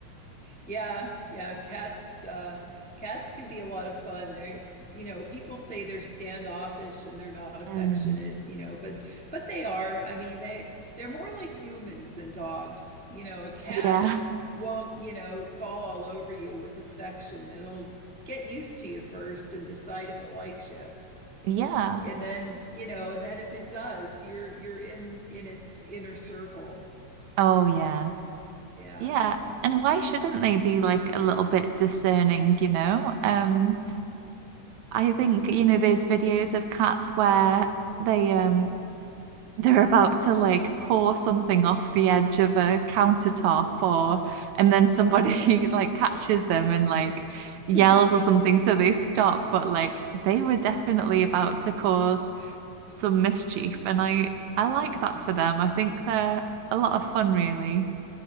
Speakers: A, in the centre; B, on the right.
A: Yeah, yeah, cats uh cats can be a lot of fun. They're you know, people say they're standoffish and they're not affectionate,
B: Mm.
A: you know, but but they are. I mean, they they're more like humans than dogs. You know, a cat
B: Yeah. <laughs>
A: won't, you know, fall all over you with affection. It'll get used to you first and decide if it likes you.
B: Yeah.
A: And then, you know, and then if it does, you're you're in in its inner circle.
B: Oh yeah.
A: Yeah.
B: Yeah. And why shouldn't they be like a little bit discerning, you know? Um, I think, you know, those videos of cats where they um <laughs> they're about to like pour something off the edge of a countertop or and then somebody <laughs> like catches them and like
A: <laughs>
B: yells or something so they stop, but like they were definitely about to cause some mischief and I I like that for them. I think they're a lot of fun really.